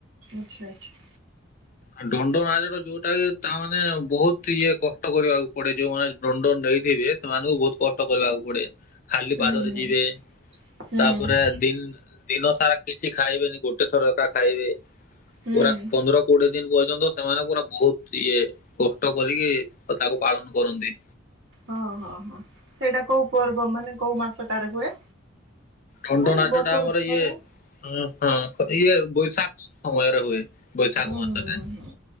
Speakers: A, on the right; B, on the left.
A: ଆଚ୍ଛା ଆଚ୍ଛା।
B: ଆଉ ଦଣ୍ଡ ନାଚ ଟା ଯୋଉଟା କି ତାମାନେ ବହୁତ ଇଏ କଷ୍ଟ କରିବାକୁ ପଡେ ଯୋଉମାନେ ଦଣ୍ଡ ନେଇଥିବେ, ସେମାନଙ୍କୁ ବହୁତ କଷ୍ଟ କରିବାକୁ ପଡେ। ଖାଲି
A: ହୁଁ
B: ପାଦରେ
A: ହୁଁ
B: ଯିବେ।
A: ହୁଁ
B: ତାପରେ ଦି ଦିନ ସାରା କିଛି ଖାଇବେନି, ଗୋଟେ ଥର ଏକା ଖାଇବେ।
A: ହୁଁ
B: ପୁରା ପନ୍ଦର କୋଡିଏ ଦିନ୍ ପର୍ଯ୍ୟନ୍ତ ସେମାନେ ପୁରା ବହୁତ ଇଏ କଷ୍ଟ କରିକି ତାକୁ ପାଳନ କରନ୍ତି।
A: ହଁ ହଁ ହଁ। ସେଇଟା କୋଉ ପର୍ବ ମାନେ କୋଉ ମାସ ଟା ରେ ହୁଏ?
B: ଦଣ୍ଡ
A: ନାଇଁ
B: ନାଚ
A: ବର୍ଷକୁ
B: ଟା ଆମର
A: ଥରେ
B: ଇଏ
A: ନା?
B: ଅ ହଁ ଇଏ ବୈଶାଖ ସମୟରେ ହୁଏ, ବୈଶାଖ
A: ହୁଁ
B: ମାସରେ।
A: ହୁଁ ହୁଁ